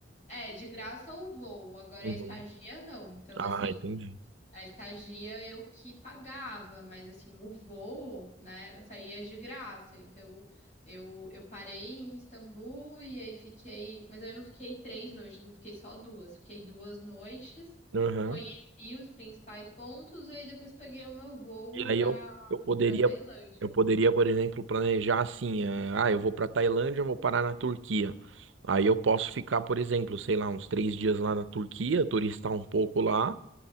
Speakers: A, on the left; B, on the right.
A: É, de graça ou voo, agora
B: Uhum.
A: a estadia não. Então,
B: Ah,
A: assim,
B: entendi.
A: a estadia eu que pagava, mas assim, o voo, né, saía de graça. Então, eu, eu parei em Istambul e aí fiquei. Mas aí eu não fiquei três noites, eu fiquei só duas. Fiquei duas noites,
B: Aham.
A: conheci os principais pontos e aí depois peguei o meu voo
B: E aí
A: pra,
B: eu, eu poderia,
A: pra Tailândia.
B: eu poderia, por exemplo, planejar assim, eh, ah, eu vou para Tailândia, eu vou parar na Turquia. Aí eu posso ficar, por exemplo, sei lá, uns três dias lá na Turquia, turistar um pouco lá,